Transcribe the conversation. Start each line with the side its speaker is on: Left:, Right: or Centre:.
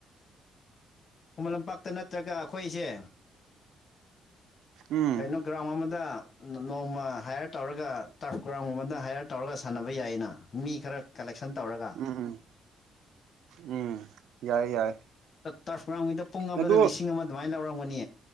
Left: ꯈꯨꯃꯟ ꯂꯝꯄꯥꯛꯇ ꯅꯠꯇ꯭ꯔꯒ ꯑꯩꯈꯣꯏꯁꯦ
Right: ꯎꯝ
Left: ꯀꯩꯅꯣ ꯒ꯭ꯔꯥꯎꯟ ꯑꯃꯗ ꯅꯣꯡꯃ ꯍꯥꯏꯌꯔ ꯇꯧꯔꯒ ꯇꯐ ꯒ꯭ꯔꯥꯎꯟꯒꯨꯝ ꯑꯃꯗ ꯍꯥꯏꯌꯔ ꯇꯧꯔꯒ ꯁꯥꯟꯅꯕ ꯌꯥꯏꯌꯦꯅ ꯃꯤ ꯈꯔ ꯀꯂꯦꯛꯁꯟ ꯇꯧꯔꯒ
Right: ꯎꯝ ꯎꯝ ꯌꯥꯏ ꯌꯥꯏ
Left: ꯇꯔꯐ ꯈꯣꯏꯗ ꯄꯨꯡ ꯑꯃꯗ
Right: ꯑꯗꯨ
Left: ꯂꯤꯁꯤꯡ ꯑꯃ ꯑꯗꯨꯃꯥꯏꯅ ꯂꯧꯔꯝꯒꯅꯤ